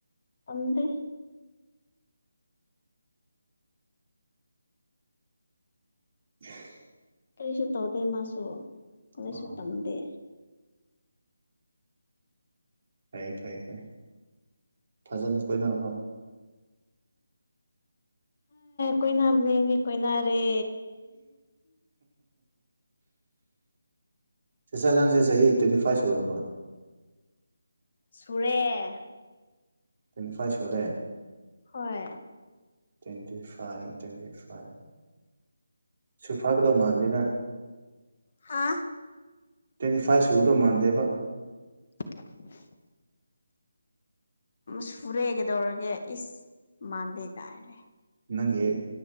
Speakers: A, on the left; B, on the right.
A: ꯇꯗꯦ
B: <inaudible>
A: ꯀꯔꯤꯁꯨ ꯇꯧꯗꯦ ꯃꯥꯁꯨ ꯀꯩꯁꯨ
B: ꯑꯣ
A: ꯇꯝꯗꯦ
B: ꯐꯔꯦ ꯐꯔꯦ ꯐꯔꯦ ꯐꯖꯅ ꯀꯣꯏꯅꯀꯣ
A: ꯀꯣꯏꯅꯕꯅꯦ ꯀꯣꯏꯅꯔꯦ
B: ꯁꯤꯁꯇꯤꯔ ꯅꯪꯁꯦ ꯆꯍꯤ ꯇ꯭ꯋꯦꯟꯇꯤ ꯐꯥꯏꯚ ꯁꯔꯕꯣ
A: ꯁꯨꯔꯦ
B: ꯇꯩꯅꯐꯥꯏ ꯁꯣꯔꯨꯔꯦ
A: ꯍꯣꯏ
B: ꯇ꯭ꯋꯦꯟꯇꯤ ꯐꯥꯏꯚ ꯇ꯭ꯋꯦꯟꯇꯤ ꯐꯥꯏꯚ ꯁꯨꯐꯥꯛꯀꯗꯧ ꯃꯥꯥꯟꯅꯤꯗ
A: ꯍꯥ
B: ꯇ꯭ꯋꯦꯟꯇꯤ ꯐꯥꯏꯚ ꯁꯨꯕꯗꯣ ꯃꯥꯟꯗꯦꯕ
A: <inaudible> ꯁꯨꯔꯦꯒꯗꯧꯔꯒꯦ ꯏꯁ ꯃꯥꯟꯗꯦꯒꯥꯏꯅ
B: ꯅꯪꯒꯤ